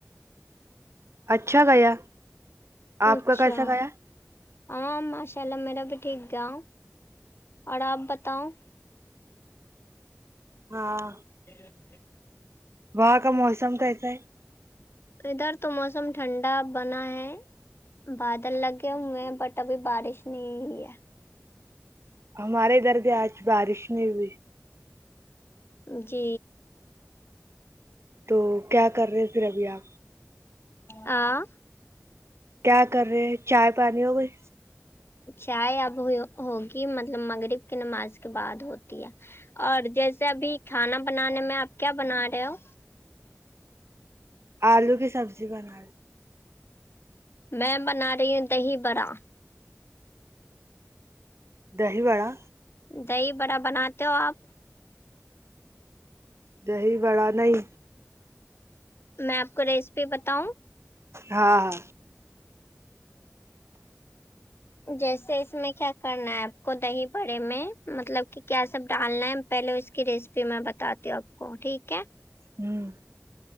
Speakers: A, on the right (about 60°); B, on the left (about 50°).
A: اچھا گیا
B: اچھا
A: آپ کا کیسا گیا
B: ہاں ماشاء اللہ میرا بھی ٹھیک گیا اور آپ بتاؤں
A: ہاں
B: ج <unintelligible>
A: وہاں کا موسم کیسا ہے
B: ادھر تو موسم ٹھنڈا بنا ہے بادل لگے ہوئے ہیں بٹ ابھی بارش نہیں ہوئی ہے
A: ہمارے ادھر بھی آج بارش نہیں ہوئی
B: جی
A: تو کیا کر رہے ہیں پھر ابھی آپ
B: آں
A: کیا کر رہے ہیں چائے پانی ہو گئی
B: چائے اب ہو ہوگی مطلب مغرب کی نماز کے بعد ہوتی ہے اور جیسے ابھی کھانا بنانے میں آپ کیا بنا رہے ہو
A: آلو کی سبزی بناے
B: میں بنا رہی ہوں دہی برا
A: دہی وڑا
B: دہی بڑا بناتے ہو آپ
A: دہی بڑا نہیں
B: میں آپ کو ریسیپی بتاؤں
A: ہاں ہاں
B: جیسے اس میں کیا کرنا ہے آپ کو دہی بڑے میں مطلب کہ کیا سب ڈالنا ہے پہلے اس کی ریسیپی میں بتاتی ہوں آپ کو ٹھیک ہے
A: ہوں